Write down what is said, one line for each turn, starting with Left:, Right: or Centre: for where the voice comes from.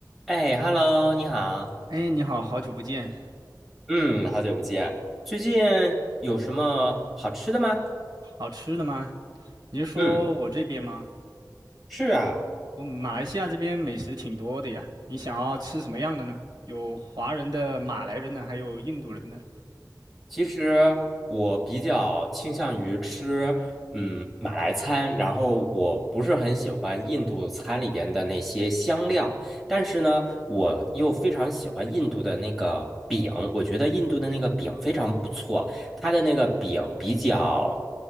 Centre: 哎，Hello，你好，
Right: 哎，你好，好久不见，
Centre: 嗯，好久不见。最近有什么好吃的吗？
Right: 好吃的吗？你是说我这边吗？
Centre: 嗯，是啊，
Right: 我马来西亚这边美食挺多的呀，你想要吃什么样的呢？有华人的、马来人的，还有印度人的。
Centre: 其实我比较倾向于吃，嗯，马来餐，然后我不是很喜欢印度餐里边的那些香料，但是呢，我又非常喜欢印度的那个饼，我觉得印度的那个饼非常不错，它的那个饼比较，